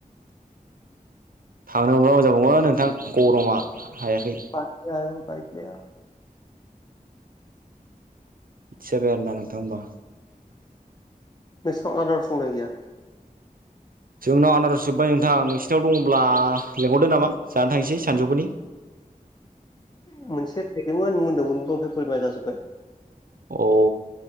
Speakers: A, on the right (about 70°); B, on the left (about 30°).
A: थांनो मोनब्ला मोजां जागौमोन नोंथां गरमा हायाखै
B: बाइक गैया बाइक गैया
A: बिदसो जाबाय आरो ना नोंथां होमबा
B: नोंसोरनाव आनारस दंना गैया
A: जोंनाव आनारस जोब्बाय नोंथां नोंसिनाव दङब्ला लेंहरदो नामा जानो थांनोसै सानजौगफुनि
B: मोनसे थाइदोंमोन मोन्दोंमोनबो ओमफ्राय बोरमाया जाजोब्बाय
A: अ